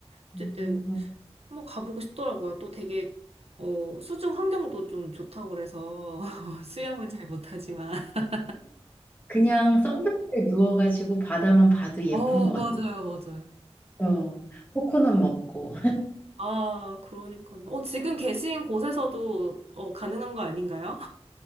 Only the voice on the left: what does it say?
음, 음,
그냥 선베드에 누워가지고 바다만 봐도 예쁜
것
같아요. 코코넛 먹고.